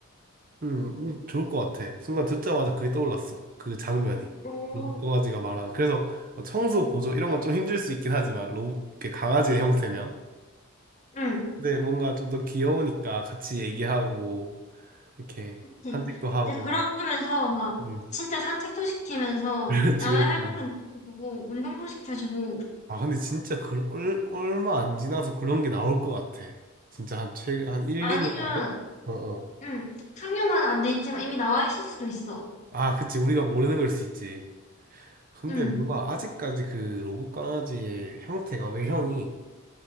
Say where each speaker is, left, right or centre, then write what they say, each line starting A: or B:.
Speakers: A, on the right; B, on the left.
A: 음, 음, 좋을 것 같아. 순간 듣자마자 그게 떠올랐어. 그 장면이.
B: 음,
A: 로봇 강아지가 말하는. 그래서 뭐 청소 보조 이런 건 좀 힘들 수 있긴 하지만, 로봇, 이렇게 강아지의 형태면.
B: 응,
A: 근데 뭔가 좀 더 귀여우니까 같이 얘기하고, 이렇게
B: 그치.
A: 산책도 하고.
B: 이제 그러면서 막
A: 음,
B: 진짜 산책도 시키면서
A: <laughs> 그렇지,
B: 야외
A: 그렇지.
B: 활동도 시켜주고 운동도 시켜주고
A: 아, 근데 진짜 그, 얼, 얼마 안 지나서 그런 게 나올 것 같아. 진짜 한 최, 한 1,
B: 아니면
A: 2년 안에? 어, 어.
B: 응, 상용화는 안 돼 있지만 이미 나와 있을 수도 있어.
A: 아, 그치. 우리가 모르는 걸 수 있지. 근데
B: 응,
A: 뭔가 아직까지 그 로봇 강아지의 형태가 외형이